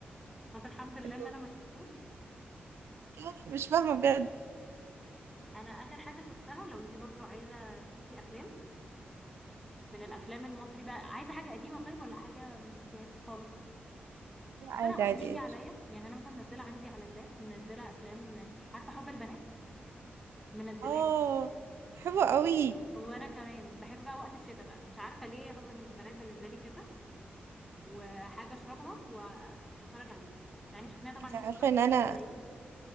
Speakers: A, in the centre; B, on the right (about 80°).
A: طب الحمد لله
B: انتوا
A: ان انا ما شفتوش
B: يعني مش فاهمه بجد
A: انا اخر حاجة شفتها لو انت برضو عايزة تشوفي افلام من الافلام المصري بقى عايزة حاجة قديمة طيب ولا حاجة ما شفتيهاش خالص
B: لا
A: اصل
B: عادي
A: انا اوقات
B: عادي
A: بيجي عليا يعني انا مثلا منزله عندي على اللاب منزله افلام عارفه حب البنات منزلاه
B: اه حلوه قوي
A: وانا كمان بحب بقى وقت الشتاء بقى مش عارفه ليه حب البنات بالنسبه لي شتاء وحاجه اشربها واتفرج عليها يعني شفناها طبعا
B: انت
A: 100
B: عارفه
A: مره انت
B: ان
A: اكيد
B: انا
A: زيي